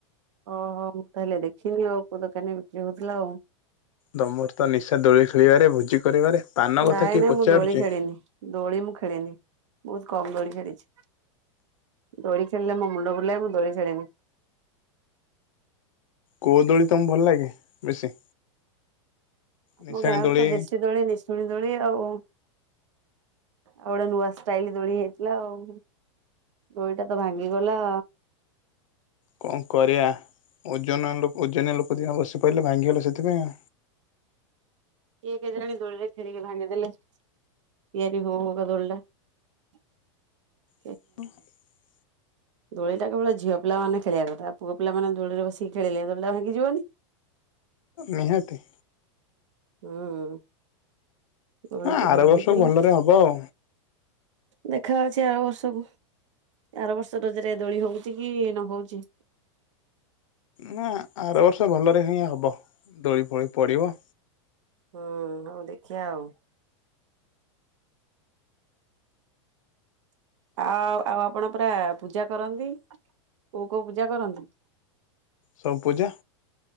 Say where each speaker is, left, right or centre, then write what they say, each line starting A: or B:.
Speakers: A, on the right; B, on the left.
A: ଓହୋ ମୁଁ ତାହେଲେ ଦେଖିନି ଆଉ କୋଉ ଦୋକାନୀ ବିକ୍ରି ହଉଥିଲା ଆଉ।
B: ତମର ତ ନିଶା ଦୋଳି ଖେଳିଆରେ ଭୋଜି କରିବାରେ ପାନ କଥା
A: ନାଇଁ
B: କିଏ
A: ନାଇଁ
B: ପଚାରୁଛି?
A: ମୁଁ ଦୋଳି ଖେଳିନି ଦୋଳି ମୁଁ ଖେଳିନି ବହୁତ୍ କମ୍ ଦୋଳି ଖେଳିଛି। ଦୋଳି ଖେଳିଲେ ମୋ ମୁଣ୍ଡ ବୁଲାଏ ମୁଁ ଦୋଳି ଖେଳେନି।
B: କୋଉ ଦୋଳି ତମକୁ ଭଲ ଲାଗେ ବେଶୀ?
A: ଆମ
B: ନିଶାଣି
A: ଗାଁରେ
B: ଦୋଳି
A: ତ ଦେଶୀ ଦୋଳି ନିଶୁଣୀ ଦୋଳି ଆଉ। ଆଉ ଗୋଟେ ନୂଆ ଷ୍ଟାଇଲ୍ ଦୋଳି ହେଇଥିଲା ଆଉ। ଦୋଳିଟା ତ ଭାଙ୍ଗିଗଲା।
B: କଣ କରିଆ ଓଜନ ଲୋକ ଓଜନିଆ ଲୋକ ଦିହେଁ ବସି ପାଇଲେ ଭାଙ୍ଗିଗଲା ସେଥିପାଇଁ ଆଉ।
A: କିଏ କେଜାଣି ଦୋଳିରେ ଖେଳି କି ଭାଙ୍ଗିଦେଲେ ତିଆରି ହଉ ହଉକା ଦୋଳିରେ। <unintelligible>
B: <unintelligible>
A: ଦୋଳିଟା କେବଳ ଝିଅ ପିଲା ମାନେ ଖେଳିବା କଥା ପୁଅ ପିଲାମାନେ ଦୋଳିରେ ବସିକି ଖେଳେ ଦୋଳିଟା ଭାଙ୍ଗିିଜିବନି?
B: ନିହାତି।
A: ହୁଁ ଦୋଳିକି
B: ନା ଆର
A: ଭାଙ୍ଗିଦେଲେ।
B: ବର୍ଷ ଭଲରେ ହବ ଆଉ
A: ଦେଖା ଅଛି ଆର ବର୍ଷକୁ ଆାର ବର୍ଷ ରଜରେ ଦୋଳି ହଉଛି କି ନ ହଉଛି।
B: ନା ଆର ବର୍ଷ ଭଲରେ ହିଁ ହବ ଦୋଳି ଫୋଳି ପଡିବ
A: ହୁଁ ହଉ ଦେଖିଆ ଆଉ। ଆଉ ଆଉ ଆପଣ ପୁରା ପୂଜା କରନ୍ତି କୋଉ କୋଉ ପୂଜା କରନ୍ତି?
B: ସବୁ ପୂଜା।